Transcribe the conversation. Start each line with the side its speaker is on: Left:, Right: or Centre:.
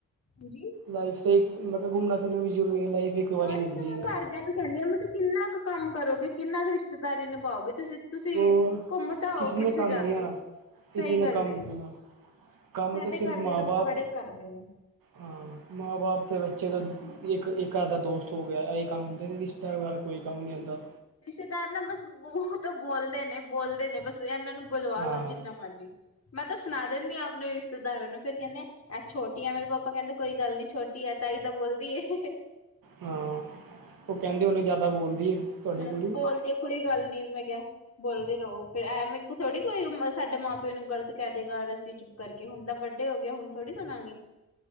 Left: ਹਾਂਜੀ।
Right: ਲਾਈਫ ਸ ਮਤਲਬ ਘੁੰਮਣਾ- ਫਿਰਨਾ ਵੀ ਜ਼ਰੂਰੀ ਹੈ, ਲਾਈਫ ਇੱਕ ਵਾਰੀ
Left: ਔਹਿਤਾ
Right: ਮਿਲਦੀ
Left: ਮੈਂ
Right: ਹੈ
Left: ਘਰਦਿਆਂ ਨੂੰ ਕਹਿੰਦੀ ਹਾਂ ਮੈਂ ਕਿੰਨਾ ਕੁ ਕੰਮ ਕਰੋਗੇ, ਕਿੰਨਾ ਕੁ ਰਿਸ਼ਤੇਦਾਰੀ ਨਿਭਾਓਗੇ ਤੁਸੀਂ- ਤੁਸੀਂ
Right: ਹੋਰ
Left: ਘੁੰਮ ਤਾਂ ਆਔ
Right: ਕਿਸੇ
Left: ਕਿੱਥੇ
Right: ਨੇ ਕੰਮ
Left: ਜਾ
Right: ਨੀ
Left: ਕੇ
Right: ਆਣਾ
Left: ਸਹੀ
Right: ਕਿਸੇ ਨੇ
Left: ਗੱਲ
Right: ਕੰਮ
Left: ਏ।
Right: ਨੀ ਆਣਾ ਕੰਮ
Left: ਸਾਡੇ
Right: ਤਾਂ ਸਿਰਫ
Left: ਘਰ ਦੇ
Right: ਮਾਂ
Left: ਤਾਂ
Right: ਬਾਪ
Left: ਬੜੇ ਕਰਦੇ ਨੇ।
Right: ਹਾਂ, ਮਾਂ-ਬਾਪ ਦੇ ਬੱਚੇ ਦਾ ਇੱਕ-ਇੱਕ ਅੱਧ ਦਾ ਦੋਸਤ ਹੋ ਗਿਆ ਇਹ ਕੰਮ ਹੁੰਦੇ। ਜਾਇ ਬੇਗੈਰ ਕੋ ਕੰਮ ਨਹੀਂ ਹੁੰਨਂਦਾ।
Left: ਰਿਸ਼ਤੇਦਾਰ ਨਾ ਬਸ-ਬਤ ਬੋਲਦੇ ਨੇ- ਬੋਲਦੇ ਨੇ, ਬਸ ਇਹਨਾਂ ਨੂੰ ਗੁਲਵਾ
Right: ਹਾਂ
Left: ਲਓ ਜਿੰਨਾ ਮਰਜ਼ੀ, ਮੈਂ ਤਾਂ ਸੁਣਾ ਦਿੰਦੀ ਆ ਆਪਣੇ ਰਿਸ਼ਤੇਦਾਰਾਂ ਨੂੰ ਫ਼ਿਰ ਕਹਿੰਦੇ ਆ ਛੋਟੀ ਆ, ਮੇਰੇ ਪਾਪਾ ਕਹਿੰਦੇ ਕੋਈ ਗੱਲ ਨੀ ਛੋਟੀ ਆ ਤਾਈ ਤਾਂ ਬੋਲਦੀ ਏ।
Right: ਹਾਂ। ਉਹ ਕਹਿੰਦੇ ਉਹਨੇ ਜਿਆਦਾ ਬੋਲਦੀ ਏ। ਤੁਹਾਡੀ
Left: ਹ
Right: ਕੁੜੀ
Left: ਬੋਲਦੀ ਕੁੜੀ ਗੱਲ ਨੀ ਮੈਂ ਕਿਹਾ। ਬੋਲਦੇ ਰਹੋ ਫੇਰ, ਐਵੇਂ ਥੋੜ੍ਹੀ ਕੋਈ ਸਾਡੇ ਮਾਂ ਪਿਓ ਨੂੰ ਗ਼ਲਤ ਕਹਿ ਦੇਗਾ ਰੱਸੀ ਚ। ਕਰਕੇ ਹੁਣ ਤਾਂ ਵੱਡੇ ਹੋ ਗਏ ਹੁਣ ਥੋੜ੍ਹੀ ਸੁਣਾਗੀ।